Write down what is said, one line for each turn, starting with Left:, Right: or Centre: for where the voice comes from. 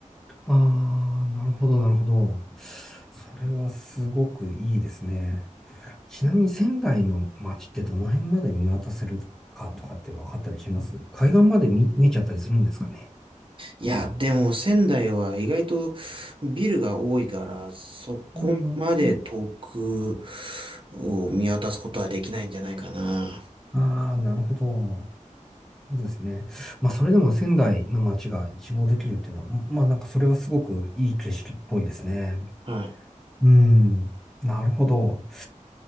Centre: ああ、なるほど、なるほど。それはすごくいいですね。ちなみに仙台の街ってどの辺まで見渡せるかとかって分かったりします海岸まで見、見えちゃったりするんですかね。
Right: いや、でも仙台は意外とビルが多いから、そこまで遠く
Centre: うん、
Right: を見渡すことはできないんじゃないかな。
Centre: ああ、なるほど。そうですね。まあ、それでも仙台の街が一望できるっていうのは、まあ、なんかそれはすごくいい景色っぽいですね。
Right: はい。
Centre: うん。なるほど。